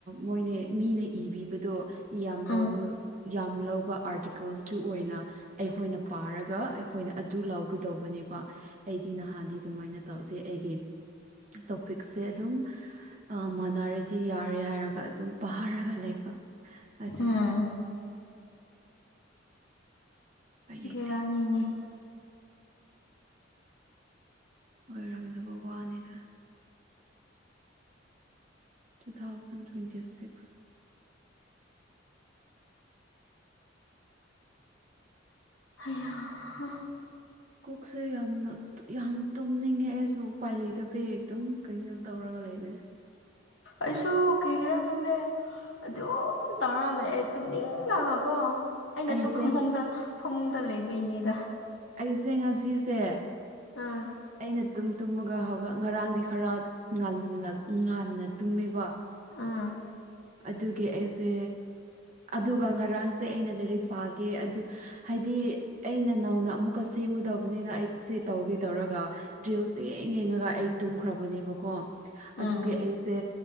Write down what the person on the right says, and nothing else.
ꯃꯣꯏꯅꯦ ꯃꯤꯅ ꯏꯕꯤꯕꯗꯣ ꯌꯥꯝ
ꯂꯧꯕ ꯌꯥꯝ ꯂꯧꯕ ꯑꯥꯔꯇꯤꯀꯜꯁꯇꯨ ꯑꯣꯏꯅ ꯑꯩꯈꯣꯏꯅ ꯄꯥꯔꯒ ꯑꯩꯈꯣꯏꯅ ꯑꯗꯨ ꯂꯧꯥꯎꯒꯗꯧꯕꯅꯦꯕ ꯑꯩꯗꯤ ꯅꯍꯥꯟꯗꯤ ꯑꯗꯨꯃꯥꯏꯅ ꯇꯧꯗꯦ ꯑꯩꯒꯤ ꯇꯣꯄꯤꯛꯁꯦ ꯑꯗꯨꯝ ꯃꯥꯟꯅꯔꯗꯤ ꯌꯥꯔꯦ ꯍꯥꯏꯔꯒ ꯑꯗꯨꯝ ꯄꯥꯔꯒ ꯂꯩꯕ ꯑꯗꯨꯗ
ꯎꯄꯥꯏ ꯂꯩꯇꯦ
ꯑꯣꯏꯔꯝꯗꯕ ꯋꯥꯅꯤꯗ ꯇꯨ ꯊꯥꯎꯖꯟ ꯇ꯭ꯋꯦꯟꯇꯤ ꯁꯤꯛꯁ
ꯀꯣꯛꯁꯦ ꯌꯥꯝꯅ ꯌꯥꯝ ꯇꯨꯝꯅꯤꯡꯉꯦ ꯑꯩꯁꯨ ꯎꯄꯥꯏ ꯂꯩꯇꯕ ꯍ ꯑꯗꯨꯝ ꯀꯩꯒꯤꯅꯣ ꯇꯧꯔꯒ ꯂꯩꯕꯅꯦ
ꯑꯩꯁꯦ
ꯑꯩꯁꯦ ꯉꯁꯤꯁꯦ
ꯑꯩꯅ ꯇꯨꯝ ꯇꯨꯝꯃꯒ ꯍꯧꯒ ꯉꯔꯥꯡꯗꯤ ꯈꯔ ꯉꯥꯜꯂ ꯉꯟꯅ ꯇꯨꯝꯃꯦꯕ
ꯑꯗꯨꯒꯤ ꯑꯩꯁꯦ ꯑꯗꯨꯒ ꯉꯔꯥꯡꯁꯦ ꯑꯩꯅ ꯂꯥꯏꯔꯤꯛ ꯄꯥꯒꯦ ꯑꯗꯨ ꯍꯥꯏꯗꯤ ꯑꯩꯅ ꯅꯧꯅ ꯑꯃꯨꯛꯀ ꯁꯦꯝꯃꯨꯗꯧꯕꯅꯤꯅ ꯑꯩꯁꯦ ꯇꯧꯒꯦ ꯇꯧꯔꯒ ꯗ꯭ꯔꯤꯜꯁꯦ ꯌꯦꯡ ꯌꯦꯡꯉꯒ ꯑꯩ ꯇꯨꯝꯈ꯭ꯔꯕꯅꯦꯕꯀꯣ
ꯑꯗꯨꯒꯤ ꯑꯩꯁꯦ